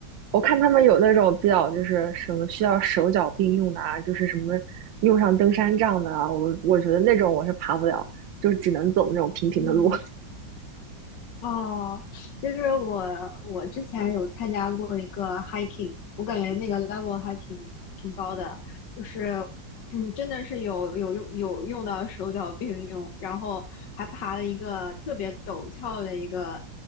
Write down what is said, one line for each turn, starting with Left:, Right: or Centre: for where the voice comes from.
Right: 我看他们有那种比较就是什么需要手脚并用的啊，就是什么用上登山杖的啊，我我觉得那种我是爬不了，就只能走那种平平的路。
Left: 嗯。哦，就是我，我之前有参加过一个 hiking，我感觉那个 level 还挺挺高的，就是，嗯，真的是有有用有用到手脚并用，然后还爬了一个特别陡峭的一个，